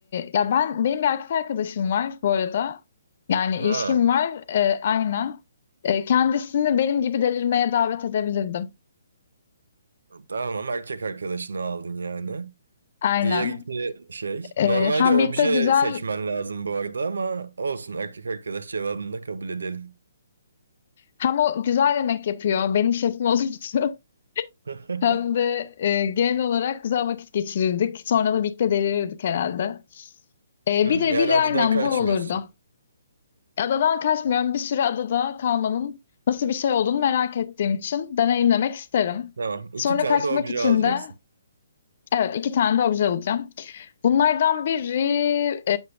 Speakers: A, on the left; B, on the right.
A: ya ben benim bir erkek arkadaşım var bu arada. Yani
B: Ha,
A: ilişkim var e, aynen. E, kendisini benim gibi delirmeye davet edebilirdim.
B: tamam erkek arkadaşını aldın yani.
A: Aynen.
B: Diğer iki şey.
A: E,
B: Normalde
A: hem
B: obje
A: birlikte güzel
B: seçmen lazım bu arada ama olsun erkek arkadaş cevabını da kabul edelim.
A: hem o güzel yemek yapıyor. Benim şefim olurdu. <laughs>
B: <laughs>
A: Hem de e, genel olarak güzel vakit geçirirdik. Sonra da birlikte delirirdik herhalde. E,
B: Hmm,
A: bir de
B: yani
A: bir de
B: adadan
A: aynen
B: kaçmıyorsun.
A: bu olurdu. Adadan kaçmıyorum. Bir süre adada kalmanın nasıl bir şey olduğunu merak ettiğim için deneyimlemek isterim.
B: Tamam. iki
A: Sonra
B: tane
A: kaçmak
B: de obje
A: için
B: alacaksın.
A: de evet iki tane de obje alacağım. Bunlardan biri e,